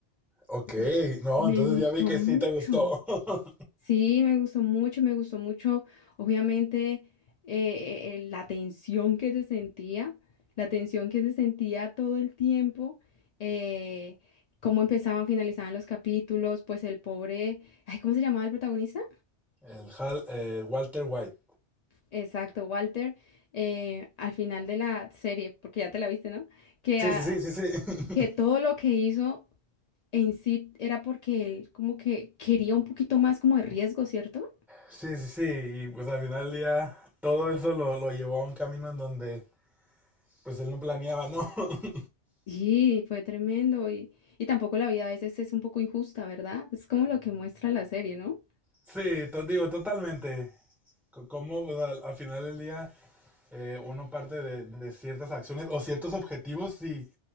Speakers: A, in the centre; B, on the left.
A: Ok,
B: Mm.
A: no,
B: Me
A: entonces
B: gustó
A: ya vi que
B: mucho.
A: sí te gustó. <laughs>
B: Sí, me gustó mucho, me gustó mucho, obviamente, eh, eh, eh, la tensión que se sentía, la tensión que se sentía todo el tiempo, eh, cómo empezaban, finalizaban los capítulos, pues el pobre, ay, ¿cómo se llamaba el protagonista?
A: El Hal- eh, Walter White.
B: Exacto, Walter, eh, al final de la serie, porque ya te la viste, ¿no? Que,
A: Sí,
B: ah,
A: sí, sí, sí, sí.
B: que
A: <laughs>
B: todo lo que hizo en sí era porque él como que quería un poquito más como de riesgo, ¿cierto?
A: Sí, sí, sí. Y pues al final del día todo eso lo, lo llevó a un camino en donde pues él no planeaba, ¿no? <laughs>
B: Sí, fue tremendo y, y tampoco la vida a veces es un poco injusta, ¿verdad? Es como lo que muestra la serie, ¿no?
A: Sí, te digo, totalmente. C- Como pues al, al final del día eh, uno parte de, de ciertas acciones o ciertos objetivos y